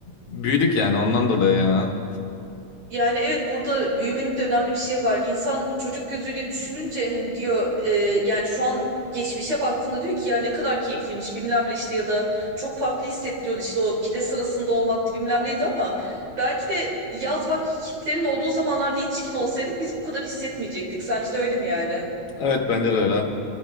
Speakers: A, on the left (about 60°); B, on the right (about 60°).
A: büyüdük yani ondan dolayı yani.
B: Yani evet burada büyümenin de önemli bir şey var. İnsan çocuk gözüyle düşününce hani diyor e, yani şu an geçmişe baktığında diyor ki ya ne kadar keyifliymiş bilmem ne işte ya da çok farklı hissettiriyordu işte o pide sırasında olmaktı bilmem neydi ama belki de yaz vakitlerin olduğu zamanlarda yetişkin olsaydık biz bu kadar hissetmeyecektik. Sence de öyle mi yani?
A: Evet bence de öyle.